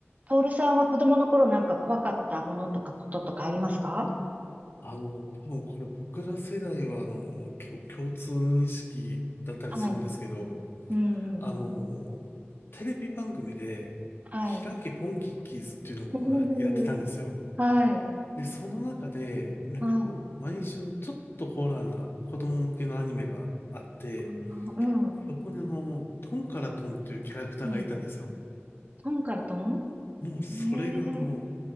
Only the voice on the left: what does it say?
あの、多分これ僕ら世代は、あの、結構共通認識だったりするんですけど、
あの、テレビ番組で、
開けポンキッキーズっていうのもやってたんですよ。
で、その中で、なんかこう、
毎週ちょっとホラーな子供向けのアニメがあって、
そこにあの、トンからトンっていうキャラクターがいたんですよ。
もうそれがあの、